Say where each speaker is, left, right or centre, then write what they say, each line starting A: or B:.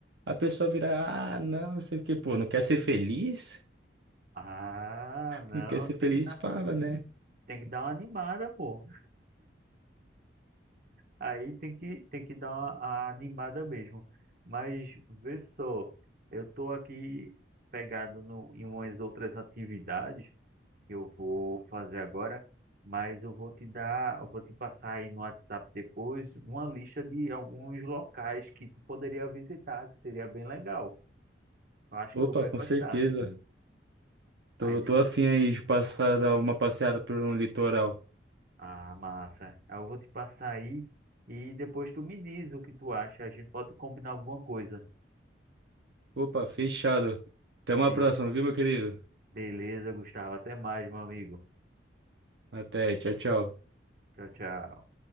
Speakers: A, on the right; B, on the right.
A: A pessoa virar, ah, não, não sei o que pô, não quer ser feliz?
B: Ah, não,
A: Não quer ser
B: tem
A: feliz?
B: que dar.
A: Fala, né?
B: Tem que dar uma animada, pô. Aí tem que, tem que dar uma, a animada mesmo. Mas vê só, eu tô aqui pegado no, em umas outras atividades que eu vou fazer agora, mas eu vou te dar, eu vou te passar aí no WhatsApp depois uma lista de alguns locais que tu poderia visitar, que seria bem legal. Eu acho
A: Opa,
B: que tu vai
A: com
B: gostar.
A: certeza. Tô,
B: Aí, de-
A: tô afim aí de passar dar uma passeada por um litoral.
B: ah, massa. Aí eu vou te passar aí e depois tu me diz o que tu acha. A gente pode combinar alguma coisa.
A: Opa, fechado. Até uma
B: Be-
A: próxima, viu, meu querido?
B: Beleza, Gustavo. Até mais, meu amigo.
A: Até, tchau, tchau.
B: Tchau, tchau.